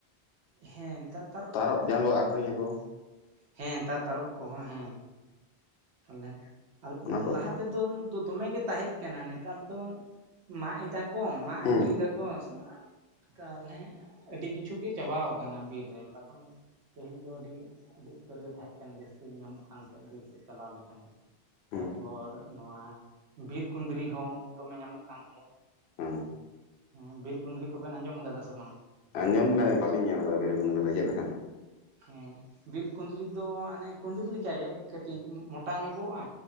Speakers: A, on the right; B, on the left.
A: ᱦᱮᱸ ᱱᱮᱛᱟᱨ ᱛᱟᱨᱚᱵ
B: ᱛᱟᱨᱚᱚᱵ ᱡᱟᱸᱜᱚ ᱟᱠᱷᱨᱤᱧ ᱟᱠᱚ
A: ᱦᱮᱸ ᱛᱟᱜ ᱛᱟᱨᱚᱯ ᱠᱚᱦᱚᱸ ᱦᱮᱸ ᱛᱟᱦᱚᱞᱮ
B: ᱚᱱᱟ ᱠᱚ
A: ᱞᱟᱦᱟ ᱛᱮᱫᱚ ᱫᱚᱢᱮ ᱜᱮ ᱛᱟᱦᱮᱸ ᱠᱟᱱᱟ ᱱᱮᱛᱟᱨ ᱫᱚ ᱢᱟᱟᱜ ᱮᱫᱟ ᱠᱚ ᱢᱟᱜ
B: ᱦᱩᱸ
A: ᱟᱹᱜᱩᱭᱮᱫᱟ ᱠᱚ ᱥᱮ ᱛᱟᱦᱚᱞᱮ ᱟᱹᱰᱤ ᱠᱤᱪᱷᱩ ᱜᱮ ᱪᱟᱵᱟᱟᱣ ᱠᱟᱱᱟ ᱵᱤᱨ ᱨᱮ ᱵᱟᱠᱷᱟᱱ ᱯᱟᱹᱦᱤᱞ ᱫᱚ ᱟᱹᱰᱤ ᱟᱹᱰᱤ ᱩᱛᱟᱹᱨ ᱜᱮ ᱛᱟᱦᱮᱸ ᱠᱟᱱᱟ ᱡᱟᱹᱥᱛᱤ ᱜᱮ ᱧᱟᱢᱚᱜ ᱠᱟᱱ ᱛᱟᱦᱮᱸ ᱵᱤᱨ ᱥᱮᱫ ᱪᱟᱞᱟᱣ ᱞᱮᱠᱷᱟᱱ ᱜᱮ
B: ᱦᱩᱸ
A: ᱛᱟᱯᱚᱨ ᱱᱚᱣᱟ ᱵᱤᱨ ᱠᱩᱸᱫᱽᱨᱤ ᱦᱚᱸ ᱫᱚᱢᱮ ᱧᱟᱢᱚᱜ ᱠᱟᱱ ᱛᱟᱦᱮᱸᱫ
B: ᱦᱩᱸ
A: ᱦᱚᱸ ᱵᱤᱨ ᱠᱩᱸᱫᱽᱨᱤ ᱠᱚᱵᱮᱱ ᱟᱸᱡᱚᱢ ᱠᱟᱫᱟ ᱥᱮ ᱵᱟᱝ?
B: ᱟᱸᱡᱚᱢ <unintelligible> ᱵᱟᱞᱤᱧ ᱧᱮᱞ ᱟᱠᱟᱫᱟ ᱵᱤᱨᱤᱨ ᱜᱩᱫᱽᱲ ᱫᱚ ᱪᱮᱫ ᱞᱮᱠᱟᱱ
A: ᱦᱮᱸ ᱵᱤᱨ ᱠᱩᱸᱫᱽᱨᱤ ᱫᱚ ᱚᱱᱮ ᱠᱩᱸᱫᱽᱨᱤ ᱞᱮᱠᱟᱜᱮ ᱠᱟᱹᱴᱤᱡ ᱢᱚᱴᱟ ᱧᱚᱜᱚᱜᱼᱟ᱾